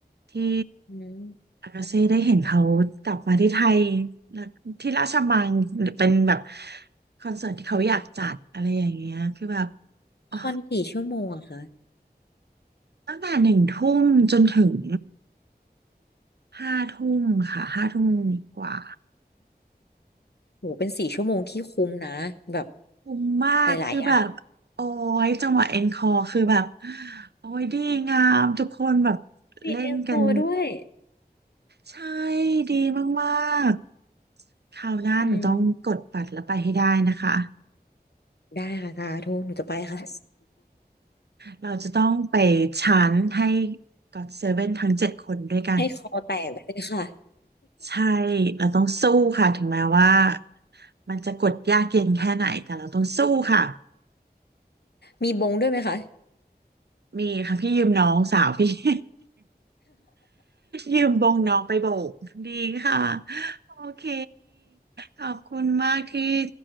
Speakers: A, on the right (about 75°); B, on the left (about 75°).
A: ที่
B: อืม
A: อากาเซ่ได้เห็นเขากลับมาที่ไทยแล้วที่ราชมังหรือเป็นแบบคอนเสิร์ตที่เขาอยากจัดอะไรอย่างเงี้ยคือแบบ
B: อืม
A: อ๋อ
B: คอนกี่ชั่วโมงอะคะ
A: ตั้งแต่หนึ่งทุ่มจนถึง ห้าทุ่มค่ะห้าทุ่มกว่า
B: โหเป็นสี่ชั่วโมงที่คุ้มนะแบบ
A: คุ้มมากคือแบบโอ้ยจังหวะเอ็นคอคือแบบ
B: หลายๆอย่าง
A: โอ้ยดีงามทุกคนแบบ
B: มีเอ็มโฟด้วย
A: เล่นกันใช่ดีมากๆคราวหน้าหนูต้องกดบัตรแล้วไปให้ได้นะคะ
B: อืมได้ค่ะสาธุหนูจะไปค่ะ
A: เราจะต้องไปชั้นให้ก็อดเซเว่นทั้งเจ็ดคนด้วยกัน
B: <laughs> ให้คอแตกไปเลยค่ะ
A: ใช่เราต้องสู้ค่ะถึงแม้ว่ามันจะกดยากเย็นแค่ไหนแต่เราต้องสู้ค่ะ
B: มีบงด้วยไหมคะ
A: มีค่ะพี่ยืมน้องสาวพี่ <laughs> ยืมบงน้องไปโบกดีค่ะโอเคขอบคุณมากที่